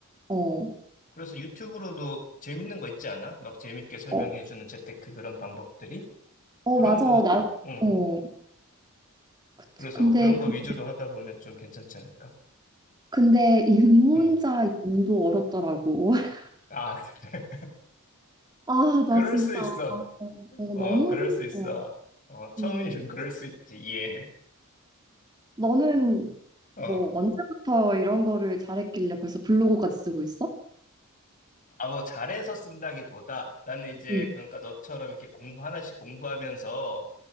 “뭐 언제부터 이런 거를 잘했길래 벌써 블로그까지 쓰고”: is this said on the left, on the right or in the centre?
Right